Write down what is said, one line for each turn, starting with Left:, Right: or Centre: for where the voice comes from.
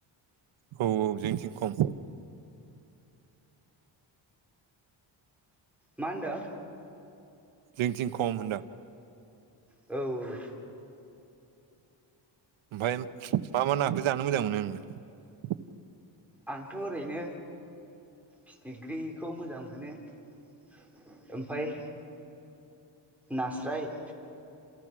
Right: औ -औ, जोंथिं खम।
Centre: मा होनदो?
Right: जोंथिं खम होनदां।
Centre: औ।
Right: ओमफ्राय मा -मा नाखौ जानो मोजां मोनो नोंलाय?
Centre: आंथ' ओरैनो फिथिग्रिखौ मोजां मोनो ।ओमफाय नास्राय